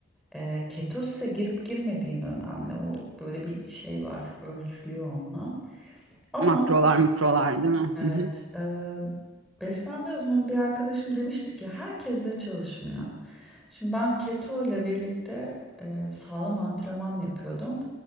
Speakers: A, in the centre; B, on the right (about 90°).
A: e, ketose girip girmediğin önemli. O böyle bir şey var ölçülüyor onunla. Ama
B: makrolar mikrolar değil mi?
A: Evet.
B: Hı hı.
A: eee, beslenme uzmanı bir arkadaşım demişti ki herkes de çalışmıyor. Şimdi ben keto ile birlikte eee, sağlam antrenman yapıyordum.